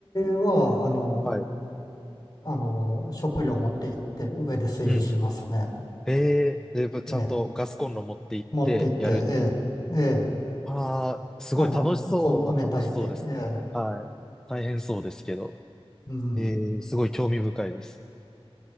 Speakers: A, on the left; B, in the centre.
A: は、あの、
B: はい。
A: あの、食料持って行って、上で炊事しますね。
B: うんうんうん。へえ、で、ぶちゃんとガスコンロ持って行ってやる。
A: ええ、持って行って、ええ、ええ。
B: ああ、すごい楽しそうは楽しそうですね。
A: あの、こ、米炊いて、ええ、
B: はい。大変そうですけど。
A: うん、
B: えーすごい興味深いです。